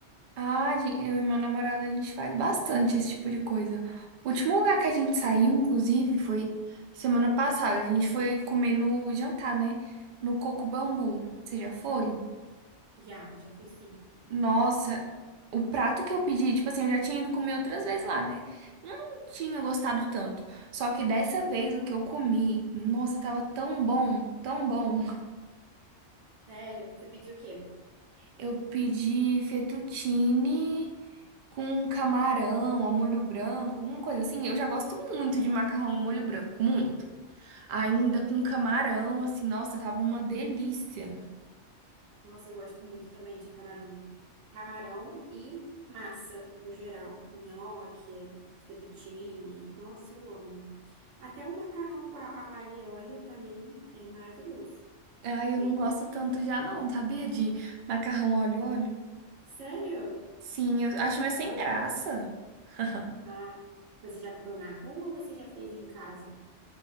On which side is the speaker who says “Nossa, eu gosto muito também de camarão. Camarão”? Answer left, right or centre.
Right